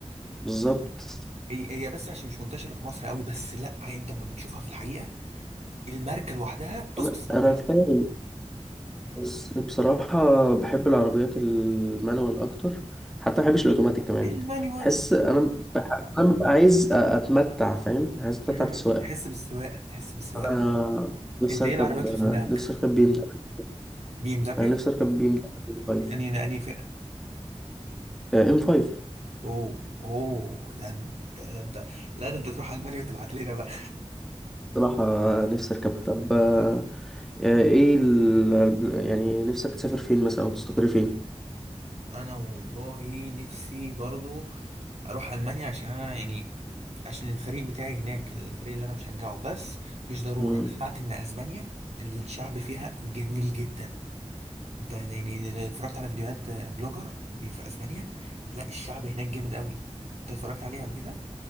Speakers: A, in the centre; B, on the right (about 70°).
A: بالظبط
B: هي هي بس عشان مش منتشره في مصر قوي بس لا انت لما بتشوفها في الحقيقه الماركه لوحدها تفت
A: انا
B: صنع
A: انا فاهم بس بصراحة بحب العربيات المانوال أكتر حتى ما بحبش الأوتوماتيك كمان
B: المانيوال
A: بحس أنا بح... أنا ببقى عايز أ- أتمتع فاهم عايز أتمتع
B: مم.
A: بالسواقة
B: تحس بالسواقه تحس بالسواقه
A: أنا نفسي
B: انت ايه
A: أركب
B: العربيات اللي في دماغك
A: نفسي أركب بي إم دبليو.
B: بي ام دبليو
A: أنا نفسي أركب بي إم دبليو 5
B: يعني انهي فئه
A: إم 5
B: اوه اوه ده انت ده انت لا ده انت تروح المانيا وتبعت لنا بقى
A: بصراحة نفسي أركبها طب آه، إيه ال... يعني نفسك تسافر فين مثلا أو تستقر فين؟
B: <laughs> انا والله نفسي برضو اروح المانيا عشان انا يعني عشان الفريق بتاعي هناك الفريق اللي انا بشجعه بس مش ضرورة
A: مم.
B: انا سمعت ان اسبانيا الشعب فيها جميل جدا انت يعني لو اتفرجت على فيديوهات بلوجر بي- في اسبانيا لا الشعب هناك جامد قوي انت اتفرجت عليها قبل كده